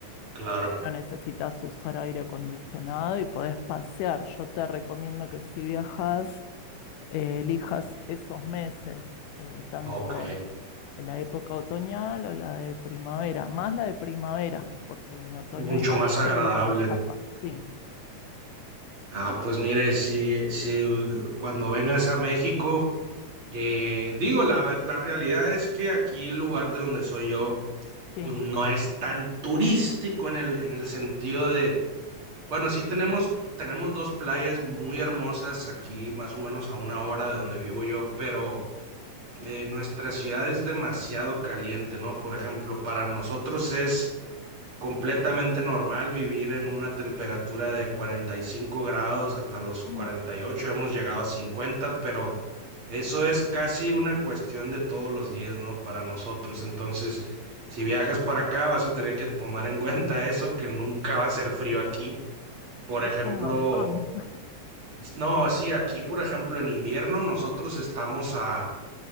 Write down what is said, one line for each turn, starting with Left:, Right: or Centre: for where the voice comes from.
Right: claro.
Left: No necesitas usar aire acondicionado y podés pasear. Yo te recomiendo que si viajas, eh, elijas esos meses, eh, tanto
Right: Ok.
Left: La época otoñal o la de primavera, más la de primavera, porque en otoño
Right: Mucho
Left: hay más
Right: más agradable.
Left: lluvia, chapa. Sí,
Right: Ah, pues mire, si, si cuando vengas a México, eh, digo, la, ver- la realidad es que aquí el lugar de donde soy yo,
Left: sí.
Right: pues no es tan turístico en el, en el sentido de, bueno, sí tenemos, tenemos dos playas muy hermosas aquí, más o menos a una hora de donde vivo yo, pero eh, nuestra ciudad es demasiado caliente, ¿no? Por ejemplo, para nosotros es completamente normal vivir en una temperatura de 45 grados hasta los
Left: Mm,
Right: 48, hemos llegado a 50, pero eso es casi una cuestión de todos los días, ¿no? Para nosotros. Entonces, si viajas para acá, vas a tener que tomar en <laughs> cuenta eso, que nunca va a ser frío aquí. Por
Left: es
Right: ejemplo,
Left: un montón. <laughs>
Right: no, sí, aquí, por ejemplo, en invierno nosotros estamos a